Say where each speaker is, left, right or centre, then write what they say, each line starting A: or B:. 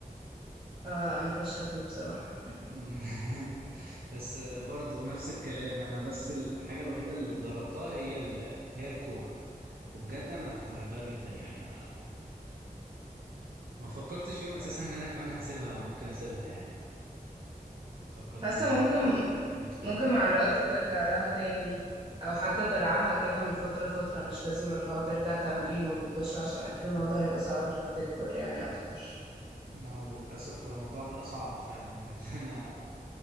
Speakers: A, on the right; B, on the right.
A: اه انا فاشلة فيه بصراحة
B: مم. <laughs> بس برضه نفس الكلام انا بس الحاجة الوحيدة اللي اتدربتها هي ال... هي الكورة وبجد انا كنت بحبها جدا يعني ما ما فكرتش يوم اساسا ان انا كمان هسيبها ممكن اسيبها يعني فكرت
A: <laughs> حاسة
B: ان هي
A: ممكن
B: اكمل فيها
A: ممكن
B: دايما
A: مع الوقت ترجع لها تاني او حتى تلعبها كده من فترة لفترة مش لازم اللي هو ترجع تمرين ومطش عشان اكيد الموضوع هيبقى صعب لما تكبر يعني اكتر
B: اه للاسف هو الموضوع بقى صعب فعلا <laughs> لان انا